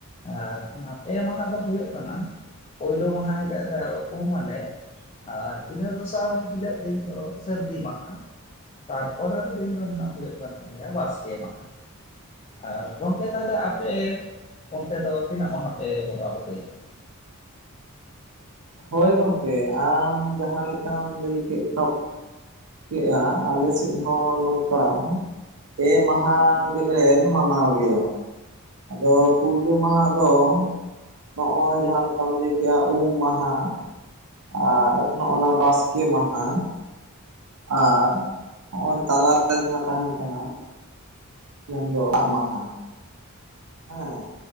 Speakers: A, on the left; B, on the right.
A: ᱟᱨ ᱚᱱᱟ ᱯᱮ ᱢᱟᱦᱟ ᱫᱚ ᱦᱩᱭᱩᱜ ᱠᱟᱱᱟ ᱯᱩᱭᱞᱩ ᱢᱟᱦᱟ ᱦᱤᱞᱳᱜ ᱫᱚ ᱩᱢ ᱟᱞᱮ ᱟᱨ ᱤᱱᱟᱹ ᱫᱚᱥᱟᱨ ᱦᱤᱞᱟᱹᱜ ᱫᱤᱱ ᱫᱚ ᱥᱟᱹᱨᱫᱤ ᱢᱟᱦᱟ ᱾ ᱛᱟᱨᱯᱚᱨᱮᱨ ᱫᱤᱱ ᱫᱚ ᱦᱟᱸᱜ ᱦᱩᱭᱩᱜ ᱠᱟᱱ ᱛᱟᱞᱮᱭᱟ ᱵᱟᱥᱠᱮ ᱢᱟᱦᱟ ᱾ ᱟᱨ ᱜᱚᱢᱠᱮ ᱛᱟᱦᱚᱞᱮ ᱟᱯᱮ ᱚᱱᱛᱮ ᱫᱚ ᱛᱤᱱᱟᱹᱜ ᱢᱟᱦᱟ ᱯᱮ ᱵᱚᱸᱜᱟ ᱵᱩᱨᱩᱭ ᱜᱮᱭᱟ?
B: ᱦᱳᱭ ᱜᱚᱝᱠᱮ ᱟᱢ ᱡᱟᱦᱟᱸ ᱞᱮᱠᱟᱢ ᱞᱟᱹᱭ ᱠᱮᱫ <inaudible> ᱠᱮᱜ-ᱟ ᱟᱞᱮ ᱥᱮᱫ ᱦᱚᱸ ᱱᱚᱝᱠᱟ ᱯᱮ ᱢᱟᱦᱟ ᱜᱮᱞᱮ ᱢᱟᱱᱟᱣ ᱜᱮᱭᱟ᱾ ᱟᱫᱚ ᱯᱩᱭᱞᱩ ᱢᱟᱦᱟ ᱫᱚ ᱦᱚᱜ-ᱚᱭ ᱡᱟᱦᱟᱸ ᱞᱮᱠᱟᱢ ᱞᱟᱹᱭ ᱠᱮᱜ-ᱟ ᱩᱢ ᱢᱟᱦᱟ ᱟᱨ ᱱᱚᱜ-ᱚᱱᱟ ᱵᱟᱥᱠᱮ ᱢᱟᱦᱟ ᱟᱨ ᱦᱚᱸᱜ-ᱚᱭ ᱛᱟᱞᱟᱨᱮ ᱡᱟᱦᱟᱸ ᱛᱟᱦᱮᱱ ᱠᱟᱱᱟ ᱢᱮᱱ ᱫᱚ <unintelligible> ᱢᱟᱦᱟ ᱦᱮᱸ